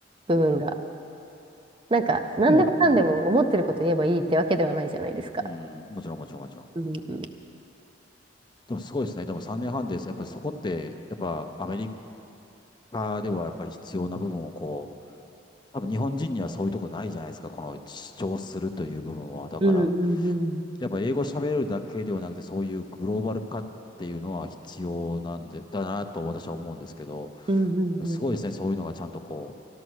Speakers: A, on the right (about 25°); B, on the left (about 25°).
A: 部分が。なんか、何でもかんでも思ってること言えばいいってわけではないじゃないですか。
B: でも、うん。うん、もちろん、もちろん、もちろん。
A: うんうん。
B: でもすごいですね。でも3年半です。やっぱりそこって、やっぱアメリカではやっぱり必要な部分をこう、多分日本人にはそういうとこないじゃないですか。この主張するという部分は。だから、
A: うんうんうん。
B: やっぱ英語喋れるだけではなくて、そういうグローバル化っていうのは必要なんで、だなと私は思うんですけど、
A: うんうんうん。
B: すごいですね。そういうのがちゃんとこ